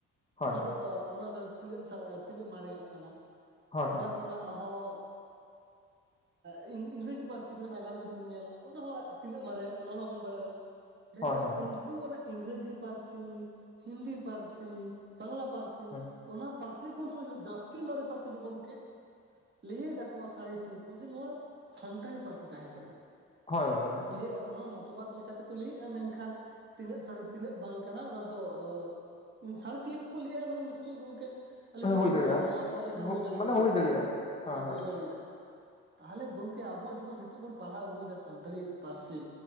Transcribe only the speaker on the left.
ᱦᱳᱭ
ᱦᱳᱭ
ᱦᱳᱭ
ᱦᱳᱭ
ᱦᱳᱭ ᱦᱳᱭ ᱦᱳᱭ ᱦᱳᱭ
ᱦᱩᱸ
ᱦᱳᱭ ᱜᱚᱝᱠᱮ ᱦᱳᱭ
ᱦᱩᱭ ᱫᱟᱲᱮᱭᱟᱜᱼᱟ
ᱦᱳᱜ
ᱢᱟᱱᱮ
ᱫᱟᱲᱮᱭᱟᱜᱼᱟ
ᱦᱳᱭ